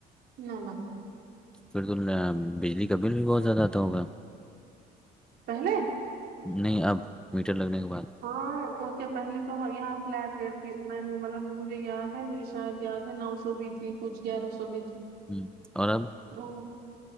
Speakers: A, on the right; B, in the centre.
A: نہ نہ
B: پھر تو بجلی کا بل بھی بہت زیادہتا ہوگا-
A: پہلے
B: نہیں اب میٹر لگنے کے بعد
A: ہاں ا کیا پہلے تو یہاں فلیٹ ریٹ تھی میں نے مطلب مجھے یاد ہے مجھے شاید یاد ہے نو سو بھی تھی- کچ گ ر سوب
B: ہ اور اب-
A: او